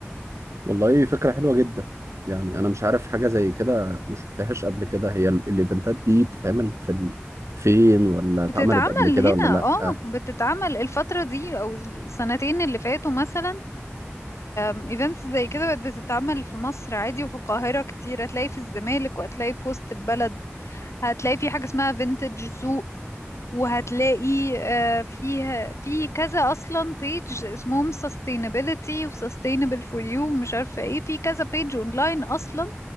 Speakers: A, on the right; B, on the left.
A: والله فكرة حلوة جدا يعني أنا مش عارف حاجة زي كده ما شفتهاش قبل كده هي ال- الإيفنتات دي بتتعمل في ال- فين ولا اتعملت
B: بتتعمل
A: قبل كده
B: هنا
A: ولا
B: اه
A: لأ
B: بتتعمل الفترة دي او السنتين اللي فاتوا مثلا ايفنتس زي كده بقت بتتعمل في مصر عادي وفي القاهرة كتير هتلاقي في الزمالك وهتلاقي في وسط البلد هتلاقي في حاجة اسمها فينتج سوق وهتلاقي آه، فيها في كذا اصلا بيج اسمهم sustainability و sustainable for you مش عارفه ايه في كذا بيج اونلاين اصلا